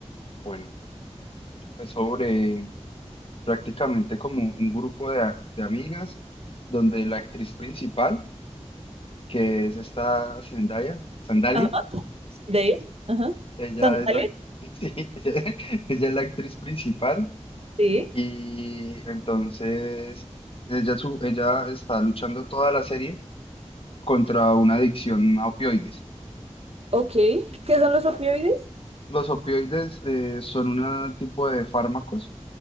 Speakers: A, on the left (about 50°); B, on the right (about 60°).
A: Bueno, es sobre prácticamente como un grupo de, a- de amigas donde la actriz principal que es esta Zendaya, Sandalia.
B: Ajá. De ahí. Ajá.
A: Ella
B: ¿Sandalia?
A: es la, <laughs> sí, ella, ella es la actriz principal
B: Sí.
A: y entonces ella, su- ella está luchando toda la serie contra una adicción a opioides.
B: Ok. ¿Qué son los opioides?
A: Los opioides eh, son un tipo de fármacos